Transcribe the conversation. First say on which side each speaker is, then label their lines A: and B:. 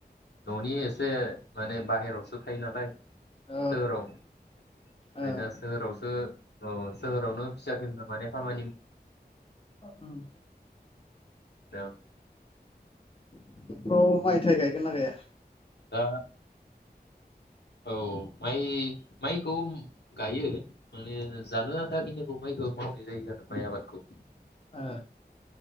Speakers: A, on the left (about 85°); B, on the left (about 35°).
A: न'नि एसे माने बाहेरायावसो थायो नालाय।
B: ओ
A: सोहोराव ओमफ्राय
B: ओ
A: दा सोहोरावसो औ सोहोरावनो फिसा फिनला माने खामानि
B: ओं।
A: दं।
B: <unintelligible> <inaudible> फ्राव माइ थाइ गायगोन ना गाया?
A: दा औ माइ माइखौ गायो माने जानो आन्थाखिनिखौ माइखौ मावनाय जायो आरो माइ आबादखौ।
B: ओ।